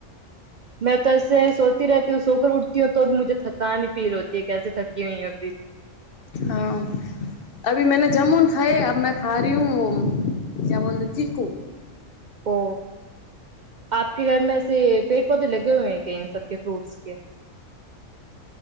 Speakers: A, on the right (about 80°); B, on the left (about 50°).
A: <inaudible> મેં તો એસે સોતી રહેતી હું સોકર ઉઠતી હું તો મુજે થકની ફીલ હોતી હૈ કેસે થકી હોઈયી
B: હા અભી મેને જામુન ખાાય અબ મે ખા રહી હુ, ક્યા બોલતે ચીકુ
A: ઓ આપ કે ઘર મેસે પેડ પૌધે લગે હૈ કે એન સબ કે ફ્રૂટ્સ કે